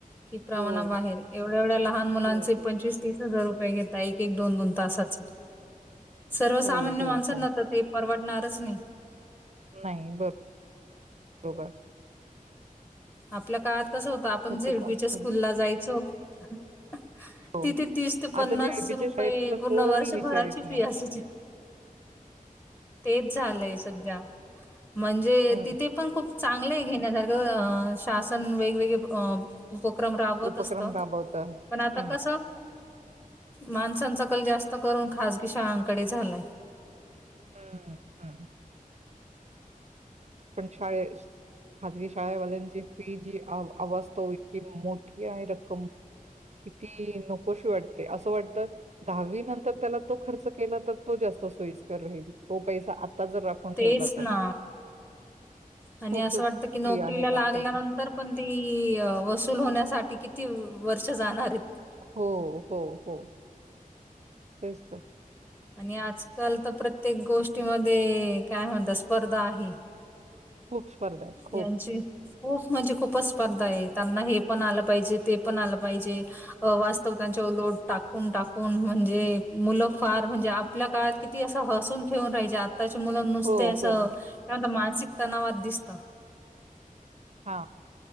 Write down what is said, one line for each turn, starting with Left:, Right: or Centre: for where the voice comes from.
Left: कि प्रवाना
Right: हो
Left: बाहेर एवढ्या एवढ्या
Right: हो
Left: लहान मुलांचे
Right: हो
Left: पंचवीस तीस हजार रुपये घे एक एक दोन दोन तासाच. सर्वसामान्य
Right: हो हो
Left: माणसांना
Right: हो
Left: आ ते परव होणारच नाही.
Right: नाही बरं बरोबर.
Left: आपल्या काळात. तस होतता, आपण
Right: खूपच
Left: झेडपीच्या
Right: कॉस्ट
Left: स्कूल
Right: झाली
Left: ला जायचो. ह.
Right: हो
Left: तिथे तीस ते पन्नास
Right: आता झेडपीच्या
Left: रुपये
Right: शाळेतलं
Left: पूर्ण
Right: कोणी
Left: वर्षभराची
Right: विचारित नाही
Left: फी असायची तेच झालंय सध्या. म्हणजे
Right: हं,
Left: तिथे पण खूप. चांगलंय घेण्यासारखं. शासन वेगवेगळे अ. उपक्रम राबवत
Right: उपक्रम
Left: असत
Right: राबवतात.
Left: पण आता
Right: हं,
Left: कसं. माणसांचा कल जास्त करून खाजगी शाळांकडे झालाय.
Right: हम्म हम्. पण शाळे खजगी शाळेवाल्यांची फी जी आवाज तो इतकी मोठी आहे रक्कम किती नकोशी वाटते असं वाटतं दहावी नंतर त्याला तो खर्च केला तर तो जास्त सोयीस्कर राहील तो पैसा. आता जर राखून
Left: तेच
Right: ठेवला
Left: ना
Right: तर.
Left: आणि
Right: खूपच
Left: असं वाटत की नोकरीला
Right: फी आहेत
Left: लागल्यानंतर
Right: आत्ताची.
Left: पण ती वसूल होण्यासाठी. किती वर्ष जाणार आहेत.
Right: हो हो हो तेच तर.
Left: आणि आजकाल तर प्रत्येक गोष्टीमध्ये काय म्हणत स्पर्धा आहे.
Right: खूप स्पर्धा आहेत खूप.
Left: यांची खूप म्हणजे खूपच. स्पर्धा आहे. त्यांना हे पण आलं पाहिजे ते पण आलं पाहिजे वास्तव त्यांच्या लो टाकून टाकून म्हणजे मुलं फार. म्हे आपल्या काळात किती असं हसून घेऊन राहाय. त्याची मुलं नुसते
Right: हो,
Left: असं
Right: हो.
Left: मा. शिकताना वाद दिसत.
Right: हा